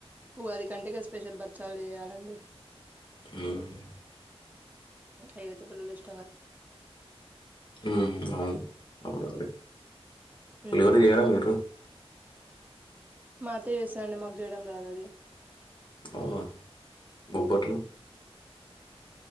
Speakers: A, on the right; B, on the left.
A: ఉగాది కంటె గా స్పెషల్ బచ్చాలు చేయాలండి
B: హ్మ్
A: అయ్యతే ఫుల్ ఇష్ట
B: ఉహు అవునండి పులిహోర
A: ఉమ్
B: చేయరా మీరు
A: మా అత్త చేస్తాడండీ మాకు చేయడం రాదు అది
B: అవున బొబ్బట్లు